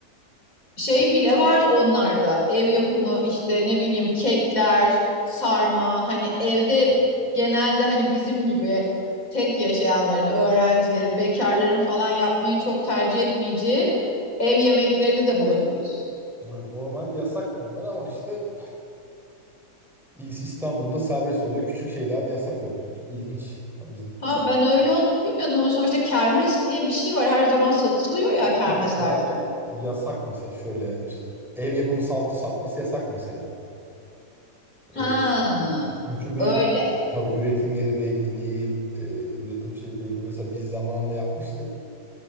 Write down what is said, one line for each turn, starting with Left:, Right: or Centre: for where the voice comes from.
Left: şey
Centre: İşte
Left: bile var onlarda. Ev yapımı işte ne bileyim kekler, sarma hani evde genelde hani bizim gibi tek yaşayanların, öğrencilerin, bekarların falan yapmayı çok tercih etmeyeceği ev yemeklerini de bulabiliyorsun.
Centre: evet, normalde yasak onlar ama işte biz İstanbul'da serbest oluyor. Küçük şeyler de yasak oluyor. Çok ilginç. Bizim
Left: Ha ben öyle olduğunu bilmiyordum ama sonuçta kermes diye bir şey var. Her zaman satılıyor ya kermeslerde
Centre: mesela
Left: de.
Centre: yasak mesela şöyle işte ev yapımı saltı satması yasak mesela. E,
Left: Ha
Centre: çünkü bir
Left: öyle.
Centre: tabii üretim yeri belli değil. e, üretim şey belli. değil. Mesela biz zamanında yapmıştık.